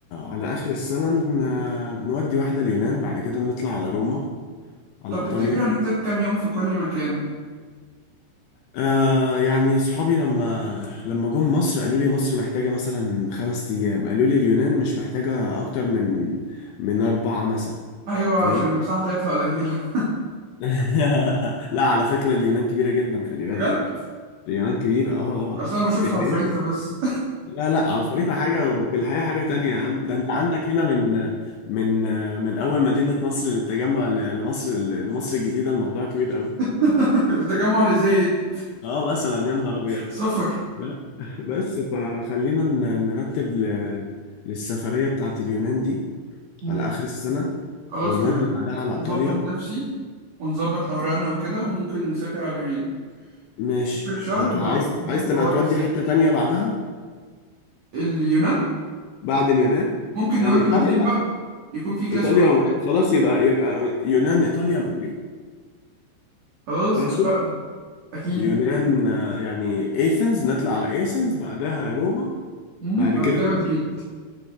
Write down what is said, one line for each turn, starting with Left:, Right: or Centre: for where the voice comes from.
Left: على آخر السنة ن... نودي واحدة اليونان بعد كده نطلع على روما على
Right: طب
Left: إيطاليا
Right: تفتكر هنحتاج كام يوم في كل مكان
Left: آه يعني صحابي لما لما جم مصر قالوا لي مصر محتاجة مثلا خمس أيام قالوا لي اليونان مش محتاجة أكتر من من أربعة مثلا
Right: ايوه
Left: فاهم
Right: عشان المساحه بتاعتها قليله <laughs>
Left: <laughs> لا على فكرة اليونان كبيرة جدا خلي بالك
Right: بجد
Left: اليونان كبيرة اه اه
Right: اصل انا بشوفها
Left: بيتهيألك
Right: على الخريطه بس
Left: لا لا على الخريطة حاجة وفي الحقيقة حاجة تانية يا عم ده انت عندك هنا من من من أول مدينة مصر للتجمع ل- لمصر لمصر الجديدة الموضوع كبير قوي
Right: <laughs> والتجمع اللي زايد
Left: اه مثلا يا نهار أبيض
Right: سفر
Left: ب- <laughs> بس فخلينا ن- نرتب ل- للسفرية بتاعت اليونان دي
Right: مم.
Left: على آخر السنة
Right: خلاص
Left: ونودي
Right: تمام
Left: بعدها على
Right: نظبط
Left: إيطاليا
Right: نفسي ونظبط اوراقنا وكده وممكن نسافر على اليونان
Left: ماشي
Right: اخر الشهر
Left: هتو
Right: نروح
Left: عايز
Right: نشوف
Left: عايز تبقى
Right: حوار
Left: تودي
Right: الساحل
Left: حتة تانية بعدها
Right: اليونان
Left: بعد اليونان
Right: ممكن
Left: يعني
Right: نودي
Left: ايطاليا
Right: مدريد
Left: لا
Right: بقى يكون في كلاسيكو
Left: ايطاليا
Right: ولا حاجه
Left: خلاص يبقى يبقى يونان ايطاليا مدريد
Right: خلاص
Left: ماشي
Right: اتفقنا اكيد
Left: يونان آه، يعني ايثنز نطلع على ايثنز بعدها روما
Right: امم
Left: بعد
Right: بعد
Left: كده
Right: كده مدريد
Left: مدريد